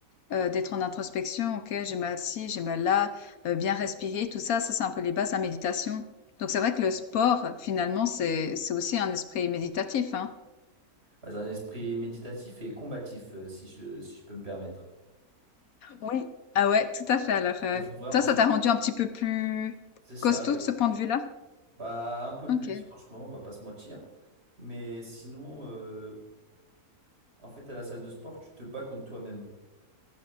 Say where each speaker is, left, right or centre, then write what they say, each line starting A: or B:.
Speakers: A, on the left; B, on the right.
A: euh, d'être en introspection. Ok, j'ai mal ci, j'ai mal là, euh, bien respirer, tout ça. Ça, c'est un peu les bases de la méditation. Donc, c'est vrai que le sport, finalement, c'est, c'est aussi un esprit méditatif, hein.
B: Bah, c'est un esprit méditatif et combatif, euh, si je, si je peux me permettre.
A: Oui, Ah ouais, tout à fait. Alors, euh,
B: Il faut vraiment-
A: toi,
B: en
A: ça
B: fait,
A: t'a rendu un petit peu plus
B: c'est ça,
A: costaud
B: avec
A: de ce point de vue-là?
B: bah, un peu plus,
A: Ok.
B: franchement, on va pas se mentir. Mais sinon, euh, en fait, à la salle de sport, tu te bats contre toi-même.